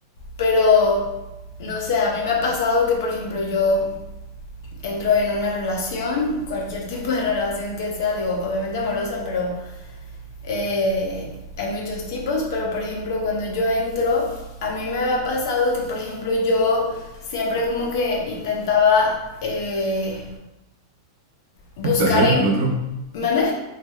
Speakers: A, on the left; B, on the right.
A: pero no sé, a mí me ha pasado que, por ejemplo, yo entro en una relación, cualquier <laughs> tipo de relación que sea, digo, obviamente amorosa, pero eh, hay muchos tipos, pero por ejemplo cuando yo entro, a mí me había pasado que por ejemplo yo siempre como que intentaba eh, buscar
B: Un placer
A: en...
B: al otro.
A: ¿Mande?